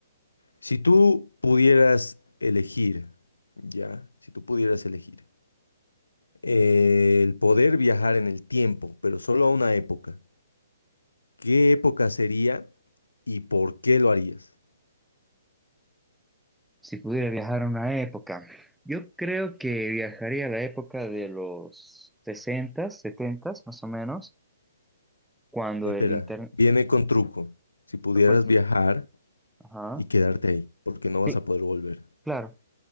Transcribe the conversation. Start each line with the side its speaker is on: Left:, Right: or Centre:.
Left: Si tú pudieras elegir, ya, si tú pudieras elegir. eh, el poder viajar en el tiempo, pero solo a una época. ¿Qué época sería y por qué lo harías?
Centre: Si pudiera viajar a una época, yo creo que viajaría a la época de los 60, 70, más o menos cuando
Left: Espera,
Centre: el internet,
Left: viene con truco. Si pudieras
Centre: ¿cuál es?
Left: viajar
Centre: Ajá,
Left: y quedarte ahí, porque no vas
Centre: sí,
Left: a poder volver.
Centre: claro,